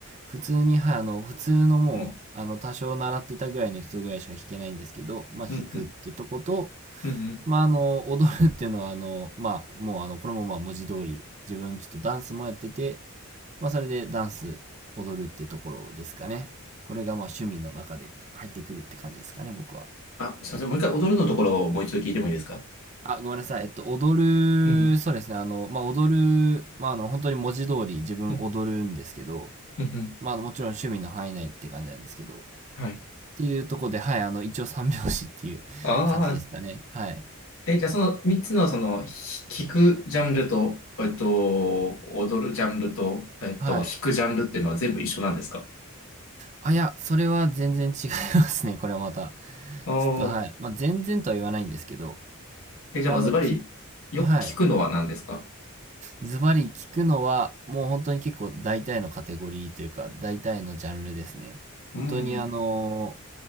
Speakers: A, on the right; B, on the left.
A: 普通に、はい、あの、普通のもう、
B: うん。
A: あの、多少習ってたぐらいの人ぐらいしか弾けないんですけど、まあ、弾くってとこと、
B: うんうん。うんうん。
A: まあ、あの、踊るっていうのは、あの、まあ、もうあの、これもまあ、文字通り、自分ちょっとダンスもやってて、まあ、それでダンス、踊るってところですかね。これがまあ、趣味の中で入ってくるって感じですかね、僕は。
B: あ、すいません。もう一回踊るのところをもう一度聞いてもいいですか
A: あ、ごめんなさい。えっと、踊る、
B: うんうん。
A: そうですね。あの、まあ、踊る、まあ、あの、本当に文字通り自分踊るんですけど、
B: うんうん。うん
A: まあ、あのもちろん趣味の範囲内って感じなんですけど、っ
B: はい。
A: ていうとこで、はい、あの、一応三拍子っていう感じですかね。
B: ああ、
A: はい。
B: え、じゃあその3つのその、ひ聞くジャンルと、えっと、踊るジャンルと、えっと、
A: はい。
B: 弾くジャンルっていうのは全部一緒なんですか
A: あ、いや、それは全然違いますね。これはまた。
B: ああー。
A: ちょっと、はい。まあ、全然とは言わないんですけど、
B: え、じゃあもうズバリ、
A: まあ、あの、き、
B: よく聞くのは何ですか
A: はい。ズバリ聞くのは、もう本当に結構大体のカテゴリーというか、大体のジャンルですね。
B: うん、
A: 本当にあの